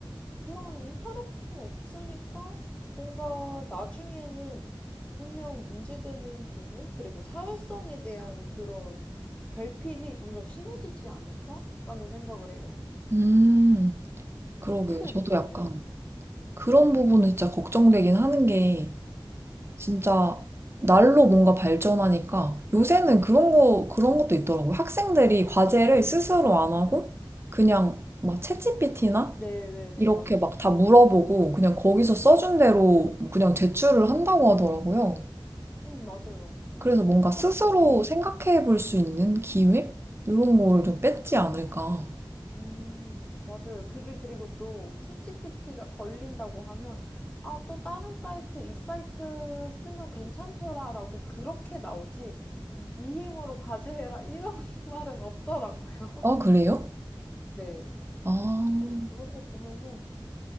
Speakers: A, on the left; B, on the right.
A: 그런 인터랙션이 없으니까 뭔가 나중에는 분명 문제되는 부분 그리고 사회성에 대한 그런 결핍이 점점 심해지지 않을까라는 생각을 해요.
B: 음, 그러게요.
A: 어떻게 생각하세요?
B: 저도 약간 그런 부분은 진짜 걱정되긴 하는 게 진짜 날로 뭔가 발전하니까 요새는 그런 거, 그런 것도 있더라고요. 학생들이 과제를 스스로 안 하고 그냥 막 챗GPT나
A: 네, 네, 네,
B: 이렇게
A: 맞아요.
B: 막 다 물어보고 그냥 거기서 써준 대로 그냥 제출을 한다고 하더라고요.
A: 음, 맞아요.
B: 그래서 뭔가 스스로
A: 또 그, 네, 네.
B: 생각해 볼 수 있는 기회? 이런 거를 좀 뺐지 않을까.
A: 음, 맞아요. 그게 그리고 또 챗GPT가 걸린다고 하면 아, 또 다른 사이트, 이 사이트 쓰면 괜찮더라라고 그렇게 나오지. 네 힘으로 과제해라 이런 <laughs> 말은 없더라고요.
B: 아, 그래요?
A: 네.
B: 아,
A: 그래서 그런 거 보면은